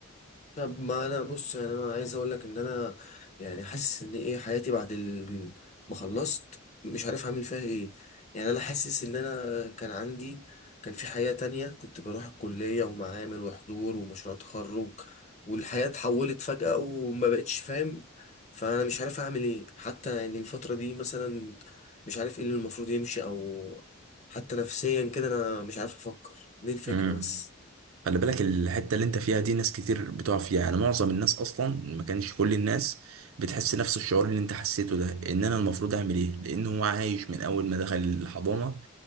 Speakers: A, on the left; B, on the right.
A: طب ما انا بص يعني انا عايز اقول لك ان انا يعني حاسس ان ايه حياتي بعد ال- ما خلصت مش عارف اعمل فيها ايه يعني انا حاسس ان انا كان عندي كان في حياة تانية كنت بروح الكلية ومعامل وحضور ومشروع تخرج والحياة اتحولت فجأة وما بقتش فاهم فانا مش عارف اعمل ايه حتى يعني الفترة دي مثلا مش عارف ايه اللي المفروض يمشي او حتى نفسيا كده انا مش عارف افكر دي الفكرة
B: امم
A: بس
B: خلي بالك الحتة اللي انت فيها دي ناس كتير بتقع فيها يعني معظم الناس اصلا ما كانش كل الناس بتحس نفس الشعور اللي انت حسيته ده ان انا المفروض اعمل ايه لان هو عايش من اول ما دخل الحضانة